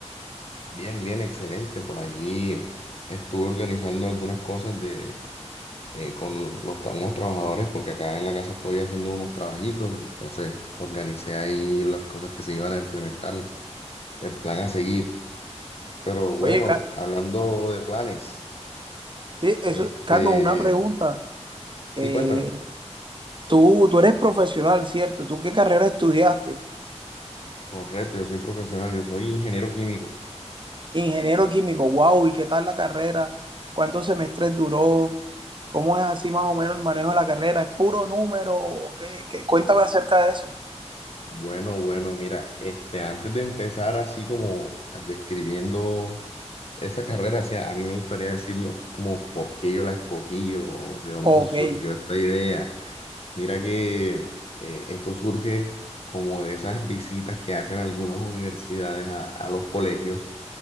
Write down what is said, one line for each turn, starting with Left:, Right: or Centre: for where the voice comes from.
Left: Bien, bien, excelente. Por allí estuve organizando algunas cosas de, eh, con los, tra- unos trabajadores, porque acá en la casa estoy haciendo unos trabajitos, y entonces organicé ahí las cosas que se iban a implementar, el plan a seguir. Pero bueno,
Right: Oye, Ca-
Left: hablando de planes,
Right: sí, eso,
Left: este,
Right: Carlos, una pregunta.
Left: sí,
Right: eh,
Left: cuéntame.
Right: Tú, tú eres profesional, ¿cierto? ¿Tú qué carrera estudiaste?
Left: Correcto, yo soy profesional, yo soy ingeniero químico.
Right: Ingeniero químico, wow, ¿y qué tal la carrera? ¿Cuántos semestres duró? ¿Cómo es así más o menos el manejo de la carrera? ¿Es puro número? ¿O qué? ¿Qué? Cuéntame acerca de eso.
Left: Bueno, bueno, mira, este, antes de empezar así como describiendo Esa carrera, sí, a mí me gustaría decirlo como por qué yo la escogí o de dónde
Right: Ok.
Left: surgió esta idea. Mira que eh, esto surge como de esas visitas que hacen algunas universidades a, a los colegios.